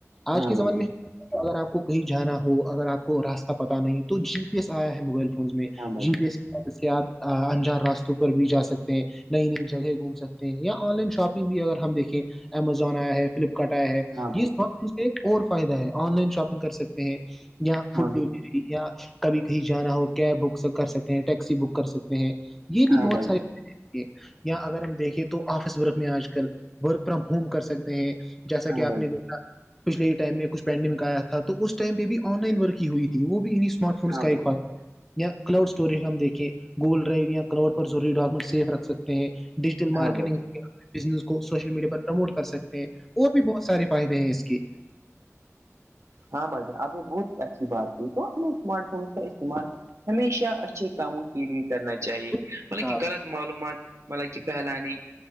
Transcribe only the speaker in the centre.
آج
کے
زمانے میں
اگر آپ کو کہیں جانا ہو اگر آپ کو راستہ پتا نہیں تو جی پی ایس آیا ہے موبائل فون فون میں
جی
بی ایس کی مدد سے آپ انجار راستوں پر بھی جا سکتے ہیں نئی نئی جگہ گھوم سکتے ہیں یا آن لائن شاپنگ بھی اگر ہم دیکھیں امیزون آیا ہے فلپ کٹایا ہے
یہمار
ف سے ایک اور فائدہ ہے آن لائن شاپنگ کر سکتے ہیں یا
فڈ
یا کبھی کہیں جانا ہو کیب بک کر سکتے ہیں ٹیکسی بک کر سکتے ہیں یہ بھی
بہت
سارے
یا اگر ہم دیکھے تو آفس ورک میں آج کل ورک فرام ہوم کر سکتے ہیں جیسا کہ
آپ نے
د پچھل ہی ٹم میں کچ پینڈنمگ آیا تھا تو اس ٹائم پہ بھی آن لائن ورکی ہوئی تھی وہ بھی ان اسمارٹ
فونس کا ایک فا ہے یا کلاؤڈ اسٹوریج ہم دیکیں گوگل ڈرائیو یا کلاؤڈ پر ضوری ڈاکومنٹ سیف رکھ سکتے ہیں ڈیجیٹل
مارکیٹنگ
بزنس کو سوشل میڈیا پرموٹ کر سکتے ہیں اور بھی بہت سارے فائدے ہیں اس کی
کہا
آپ
نے